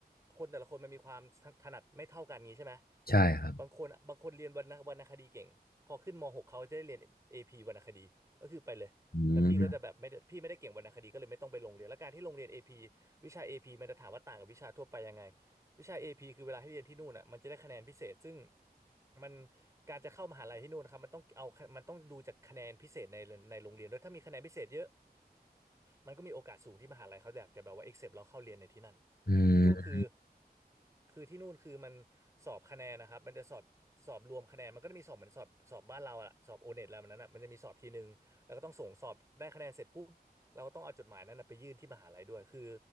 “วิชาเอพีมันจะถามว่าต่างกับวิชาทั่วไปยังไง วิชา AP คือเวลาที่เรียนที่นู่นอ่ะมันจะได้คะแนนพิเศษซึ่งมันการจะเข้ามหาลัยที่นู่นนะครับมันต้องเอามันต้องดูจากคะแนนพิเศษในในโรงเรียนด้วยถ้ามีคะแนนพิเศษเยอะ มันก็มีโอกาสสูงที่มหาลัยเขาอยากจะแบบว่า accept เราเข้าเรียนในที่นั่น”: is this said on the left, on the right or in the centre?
Right